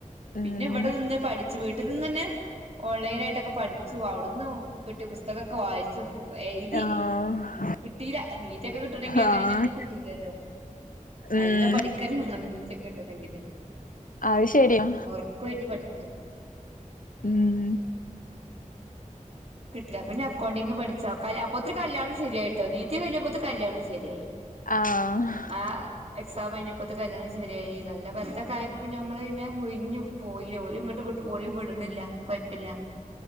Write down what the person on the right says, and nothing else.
പിന്നെ ഇവടെ നിന്ന് പഠിച്ച് വീട്ട് നിന്നെന്നെ ഓൺലൈനായിട്ടൊക്കെ പഠിച്ചു അവ്ട്ന്നും കിട്ട്യ പുസ്തകാെക്കെ വായിച്ചും എയ്തി
കിട്ടീലാ നീറ്റൊക്കെ കിട്ടണെങ്കി അങ്ങനെ
ഇങ്ങനെയാെന്നും കിട്ടൂലല്ലോ നല്ലൊം
പഠിക്കന്നെ വാണം നീറ്റാെക്കെ കിട്ടെണെങ്കില്
ഒറക്കൊഴിഞ്ഞ് പഠിക്ക
കിട്ട്ലാ പിന്നെ അക്കൗണ്ടിങ്ങ് പഠിച്ച് അത്ക്കെ അപ്പോത്ത്ന് കല്യാണും ശെര്യായ്ട്ടോ നീറ്റ് കയ്ഞ്ഞപ്പോത്ത് കല്യാണും ശെര്യായ്
ആഹ് എക്സാമയ്ഞ്ഞപ്പത്ത് കല്യാണും ശെര്യായി നല്ല ബന്തൊക്കെ ആയപ്പോ പിന്നെ ഞമ്മള് പിന്നെ ഒയ് ഞ്ഞ് പോയി ഓല്ങ്ങട്ട് വിട് ഓല് വിട്ണ്ല്ല കൊയപ്പില്ല